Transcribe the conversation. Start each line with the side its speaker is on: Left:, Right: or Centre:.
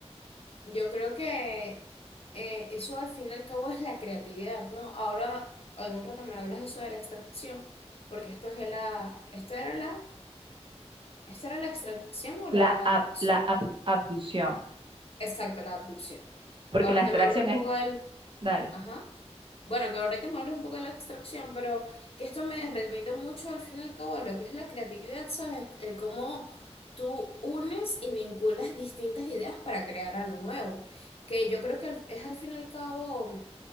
Left: yo creo que eh, eso al fin y al cabo es la creatividad, ¿no? Ahora, en un rato me hablas eso de la extracción, porque esto es de la, esto era la, esto era la extracción o
Right: la,
Left: la
Right: ab-
Left: abducción.
Right: la ab- abducción,
Left: Exacto, la abducción.
Right: porque
Left: Ahorita
Right: la extracción
Left: me hablas un
Right: es,
Left: poco del,
Right: dale,
Left: ajá. Bueno, que ahorita me hablas un poco de la abstracción, pero que esto me remite mucho al fin y al cabo a lo que es la creatividad, ¿sabes? El cómo tú unes y vinculas distintas ideas para crear algo nuevo. Que yo creo que es al fin y al cabo,